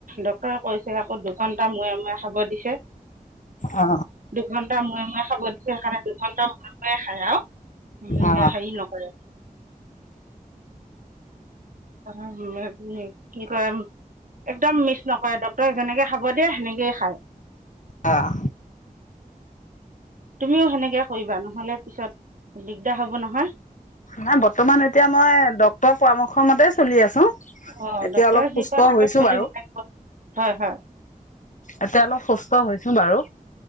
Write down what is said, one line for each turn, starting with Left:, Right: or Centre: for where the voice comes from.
Right: ডক্তৰে কৈছে আকৌ দুঘণ্টা মূৰে মূৰে খাব দিছে।
Left: অ
Right: দুঘন্টা মূৰে মূৰে খাব দিছে, সেইকাৰণে দুঘন্টা মূৰে মূৰে খায় আৰু। উম,
Left: অ
Right: হেৰি নকৰে। কি কৰিম একদম মিছ নকৰে ডক্টৰে যেনেকে খাব দিয়ে সেনেকেই খায়।
Left: অহ।
Right: তুমিও সেনেকে কৰিবা নহলে পিছত দিগদাৰ হ'ব নহয়।
Left: নাই বৰ্তমান এতিয়া মই ডক্তৰৰ পৰামৰ্শ মতে চলি আছো।
Right: অ',
Left: এতিয়া
Right: ডক্তৰে
Left: অলপ সুস্থ
Right: যি কয় তাকে
Left: হৈছো
Right: চলিব
Left: বাৰু
Right: লাগিব। হয়, হয়।
Left: এতিয়া অলপ সুস্থ হৈছো বাৰু।